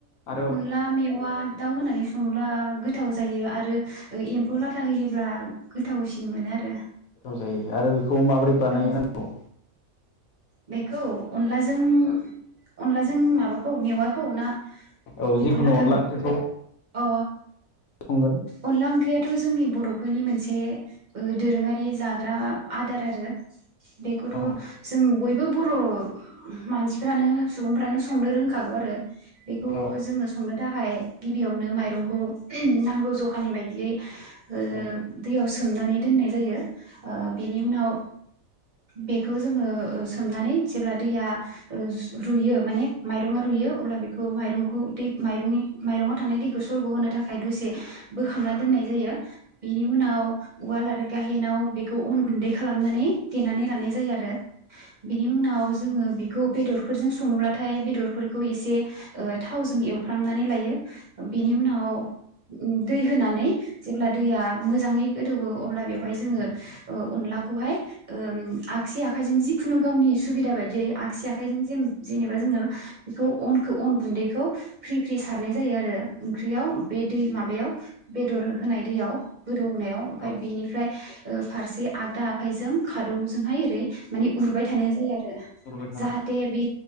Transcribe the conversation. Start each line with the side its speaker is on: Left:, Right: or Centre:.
Left: आरो
Right: अनला मेवा दाउ होनानै सङोब्ला गोथाव जायो आरो ओ एम्फौ लाथा होयोब्ला गोथावसिन मोनो आरो
Left: गोथाव जायो आरो बे खौ माबोरै बानायोनांगौ?
Right: औ बेखौ अनलाजों अनलाजों माबा औ मेवाखौ ना
Left: औ
Right: एम्फै
Left: जिखुनु
Right: लाथाखौ?
Left: अनला ओंख्रिखौ
Right: अ
Left: संगोन
Right: अनला ओंख्रियाथ जोंनि बर फैनि मोनसे ओ दोरोङारि जाग्रा आदार आरो बेखौथ'
Left: औ
Right: जों बय बो बर' मानसिफ्रानो सुबुंफ्रानो संनो रोंखागौ आरो। बेखौ
Left: औ
Right: जोङो संनो थाखाय गिबियावनो माइरंखौ ओहोम नांगौ जखानि बायदियै ओ
Left: औ
Right: दैयाव सो सोमनानै दोननाय जायो ओ बेनि उनाव बेखौ जोङो ओ सो सोमनानै जेब्ला दैया ओ सु रुयो माने माइरङा रुयो अब्ला बेखौ माइरंखौ दै माइरंनि माइरंआव थानाय दैखौ सरगहोनो थाखाय दसे बोखांना दोननाय जायो। बेनि उनाव उवाल आरो गाहेनाव बेखौ अन गुन्दै खालामनानै देनानै लानाय जायो आरो बिनि उनाव जोङो बेखौ बेदरफोरजों सङोब्लाथाय बेदरफोरखौ एसे ओ थावजों एवफ्रामनानै लायो बिनि उनाव उम दै होनानै जेब्ला दैया मोजाङै गोदौवो अब्ला बेवहाय जोङो ओ अनलाखौहाय ओम आगसि आखाइजों जि खुनु गावनि सुबिदा बायदियै आगसि आखाइजों जेन-जेनेबा जोङो बेखौ अनखौ अन गुन्दै बेखौ फ्रि फ्रि सारनाय जायो आरो ओंख्रियाव बे दै माबायाव बेदर होनाय दैयाव गोदौनायाव ओमफाय
Left: औ
Right: बेनिफ्राय ओ फारसे आगदा आखाइजों खादौजोंहाय एरै माने उरबाय थानाय जायो आरो
Left: हरबाय थानांगौ
Right: जाहाथे बे